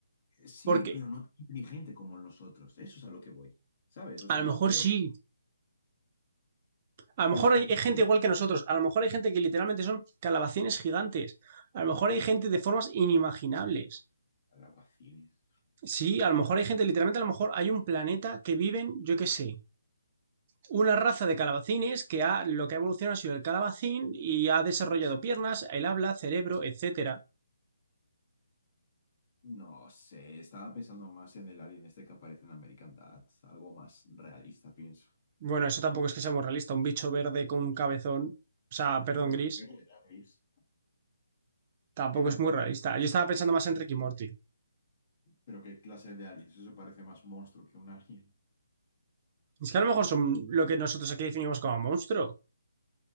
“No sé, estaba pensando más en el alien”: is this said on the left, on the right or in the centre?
Left